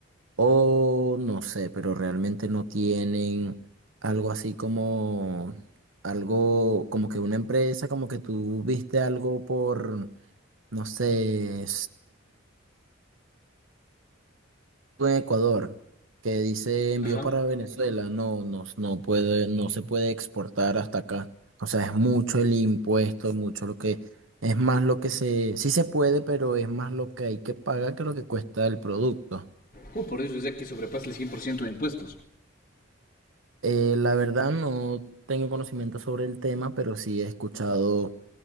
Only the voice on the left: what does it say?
Ajá.
Oh, por eso es de que sobrepasa el 100% de impuestos.